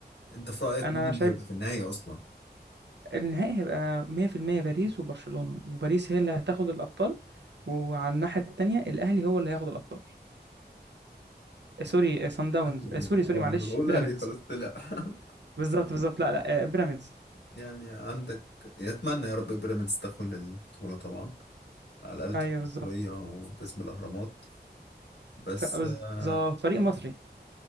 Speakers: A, on the left; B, on the right.
A: انت في رأيك
B: انا
A: مين اللي
B: شايف
A: هيبقى في النهاية اصلا
B: النهائي هيبقى 100% باريس وبرشلونة وباريس هي اللي هتاخد الأبطال وعلى الناحية التانية الأهلي هو اللي هياخد الأبطال آه، سوري آه، سان داونز
A: اهلي ايه
B: آه، سوري
A: اه
B: سوري معلش
A: ما انا بقول
B: بيراميدز
A: اهلي خلاص طلع <laughs>
B: بالظبط بالظبط لا لا آه، بيراميدز
A: يعني عندك يتمنى يا رب بيراميدز تاخد البطولة طبعا على الأقل
B: أيوه
A: تبقى
B: بالظبط
A: بطولية وباسم الأهرامات بس
B: ف- بالظبط
A: آه،
B: فريق مصري